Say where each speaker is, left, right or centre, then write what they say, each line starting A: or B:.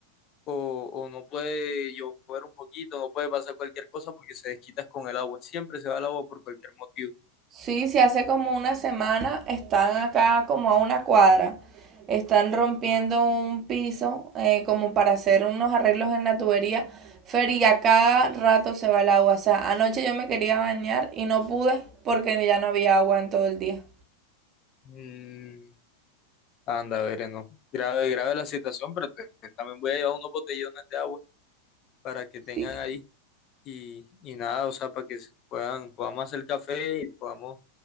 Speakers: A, on the left; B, on the right.
A: o, o no puede llover un poquito, no puede pasar cualquier cosa porque se desquitas con el agua. Siempre se va el agua por cualquier motivo.
B: Sí, si hace como una semana están acá como a una cuadra. Están rompiendo un piso eh, como para hacer unos arreglos en la tubería. Fer, y a cada rato se va el agua. O sea, anoche yo me quería bañar y no pude porque ya no había agua en todo el día.
A: Mm, Anda, veré, no. Grave, grave la situación, pero te- te- también voy a llevar unos botellones de agua para que tengan
B: Sí.
A: ahí y, y nada, o sea, para que se puedan, podamos hacer café y podamos